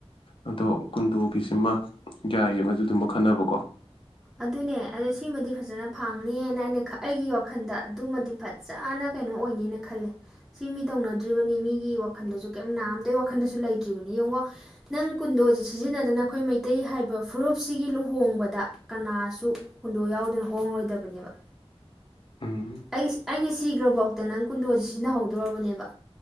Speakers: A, on the left (about 55°); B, in the centre.
A: ꯑꯗꯣ ꯀꯨꯟꯗꯣꯒꯤꯁꯤꯃ ꯌꯥꯏꯌꯦ ꯃꯗꯨꯗꯨꯃ ꯈꯟꯅꯕ
B: ꯑꯗꯨꯅꯦ ꯑꯣ ꯁꯤꯃꯗꯤ ꯐꯖꯅ ꯐꯪꯅꯤꯅ ꯑꯩꯅ ꯑꯩꯒꯤ ꯋꯥꯈꯜꯗ ꯑꯗꯨꯃꯗꯤ ꯐꯖꯅ ꯀꯩꯅꯣ ꯑꯣꯏꯅꯦꯅ ꯈꯜꯂꯦ ꯁꯤ ꯃꯤ ꯇꯧꯅꯗ꯭ꯔꯤꯕꯅꯤ ꯃꯤꯒꯤ ꯋꯥ ꯋꯥꯈꯟꯗꯁꯨ ꯀꯩꯝ ꯅꯥ ꯑꯇꯇꯩ ꯋꯥꯈꯟꯗꯁꯨ ꯂꯩꯇ꯭ꯔꯤꯕꯅꯤ ꯌꯦꯡꯉꯣ ꯅꯪ ꯀꯨꯟꯗꯣꯁꯦ ꯁꯤꯖꯤꯟꯅꯗꯅ ꯑꯩꯈꯣꯏ ꯃꯩꯇꯩ ꯍꯥꯏꯕ ꯐꯨꯔꯨꯞꯁꯤꯒꯤ ꯂꯨ ꯍꯣꯡꯕꯗ ꯀꯅꯥꯁꯨ ꯍꯨꯟꯗꯣ ꯌꯥꯎꯗꯅ ꯍꯣꯡꯉꯔꯣꯏꯗꯕꯅꯦꯕ
A: ꯎꯝ
B: ꯑꯩꯁ ꯑꯩꯅ ꯁꯤꯈ꯭ꯔꯕꯣ ꯍꯛꯇ ꯅꯪ ꯀꯨꯟꯗꯣꯁ ꯁꯤꯖꯤꯟꯅꯍꯧꯗꯣꯔꯔꯕꯅꯦꯕ